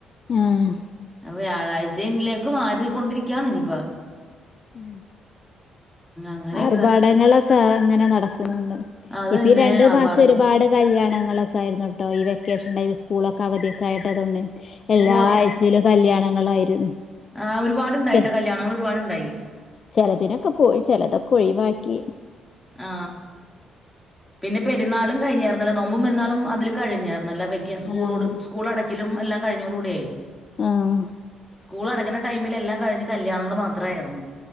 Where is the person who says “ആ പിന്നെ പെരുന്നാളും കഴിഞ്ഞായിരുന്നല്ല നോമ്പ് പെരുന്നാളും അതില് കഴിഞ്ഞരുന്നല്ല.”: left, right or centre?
Centre